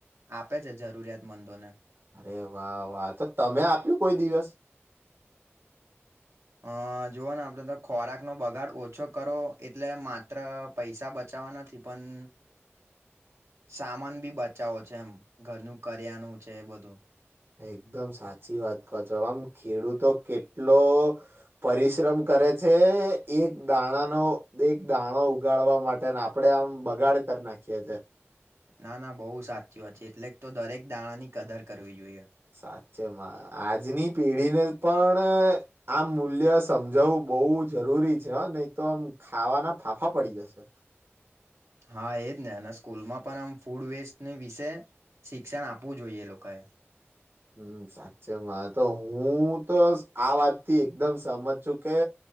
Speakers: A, on the right; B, on the right.
A: આપે છે જરૂરિયાત મંદોને.
B: અરે વાહ વાહ તો તમે આપ્યું કોઈ દિવસ
A: અ જોઓને આપણે તો ખોરાકનો બગાડ ઓછો કરો એટલે માત્ર પૈસા બચ ચાવા નથી પણ
B: <inaudible>
A: સામાન બી બચાવો છે એમ ઘરનું કરિયાનું છે એ બધું.
B: એકદમ સાચી વાત કહો છો, આમ ખેડૂતો કેટલો પરિશ્રમ કર કરે છે એક દાણાનો એક દાણો ઉગાડવા માટે ને આપડે આમ બગાડ કર નાખીયા છે.
A: ના ના બહુ સાચી વાત છે, એટલે તો દરેક દાણાની કદર કરવી જોઈએ.
B: સા છે માં આજની પેઢીને પણ આ મૂલ્ય સમજાવવું બહુ જરૂ રૂરી છે હ નયતો આમ ખાવાનાં ફાંફા પડી જશે.
A: હા, એજને અને સ્કૂલમાં પણ આમ ફૂડ વેસ્ટની વિશે શિક્ષણ આપવું જોઈએ એ લોકાએ.
B: હમ્મ, સાચેમાં તો હું તો આ વાતથી એકદમ સમજ છું કે